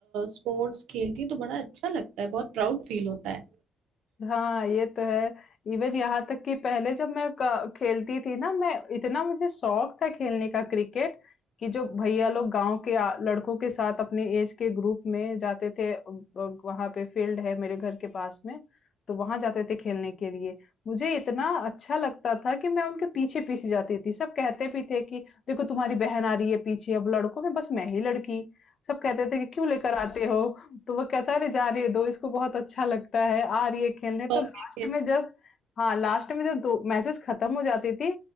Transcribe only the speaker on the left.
हाँ, ये तो है। इवन यहाँ तक कि पहले जब मैं क- खेलती थी ना, मैं इतना मुझे शौक था खेलने का क्रिकेट कि जो भैया लोग गांव के आ- लड़कों के साथ अपने एज के ग्रुप में जाते थे वहां पे फील्ड है मेरे घर के पास में तो वहां जाते थे खेलने के लिए मुझे इतना अच्छा लगता था कि मैं उनके पीछे पीछे जाती थी सब कहते भी थे कि देखो तुम्हारी बहन आ रही है पीछे अब लड़कों में बस मैं ही लड़की सब कहते थे कि क्यों लेकर आते हो? तो वो कहता है अरे जाने दो इसको बहुत अच्छा लगता है, आ रही है खेलने।
तो
लास्ट
में जब हाँ, लास्ट में जब दो मैचेस खत्म हो जाती थी,